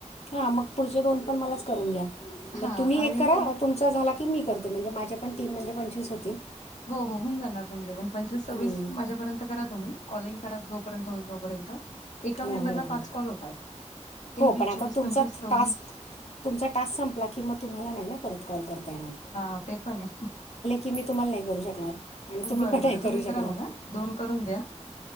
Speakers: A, on the left; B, on the left.
A: हा मग पुढचे दोन पण मलाच करून घ्या,
B: हा
A: मग तुम्ही
B: आणि
A: एक करा तुम तुमचं झाल की मी करते म्हणजे माझे पण तीन म्हणजे पंचवीस होतील.
B: हो हो होऊन जाणार तुमचे पण पंचवीस सव्वीस
A: हम्म.
B: माझ्यापर्यंत करा तुम्ही कॉलिंग करा जोपर्यंत होईल तोपर्यंत. एका
A: हो
B: मेंबरला
A: हो हो
B: पाच कॉल होतात. तेवीस
A: हो पण आता
B: चोवीस
A: तुमचा
B: पंचवीस सव्वीस
A: टास्क तुमचा टास्क संपला की मग, तुम्हाला नाही ना परत कॉल करता येणार.
B: आता हेच चाललंय.
A: ते मी तुम्हाला नाही करू शकणार. आणि तुम्ही
B: बरं
A: पण
B: बरं
A: नाही करू
B: तुम्ही
A: शकणार.
B: करा मला, दोन करून द्या